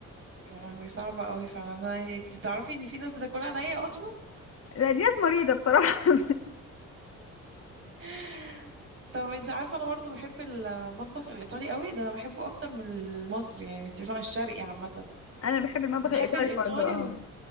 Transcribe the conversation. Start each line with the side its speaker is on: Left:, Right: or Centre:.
Right: يا لهوي صعبه قوي فعلا أنا- يعني انت تعرفي ان في ناس بتاكلها نيه اصلا
Left: لا دي ناس مريضه بصراحه
Right: <laughs> طب انت عارفه انا برضو بحب المطبخ الايطالي قوي ده انا بحبه اكتر من المصري يعني انت فاهمه الشرقي عامه
Left: <laughs> انا بحب المطبخ
Right: بحب
Left: الايطالي
Right: الايطالي
Left: برضو اه
Right: و...